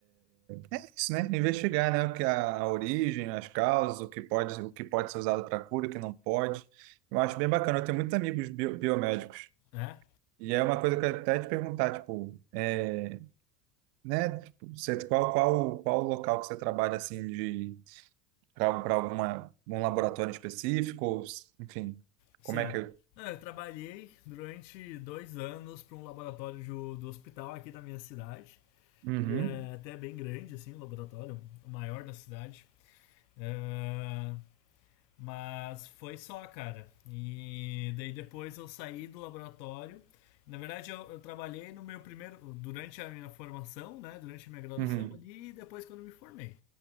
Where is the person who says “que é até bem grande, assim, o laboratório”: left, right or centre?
Left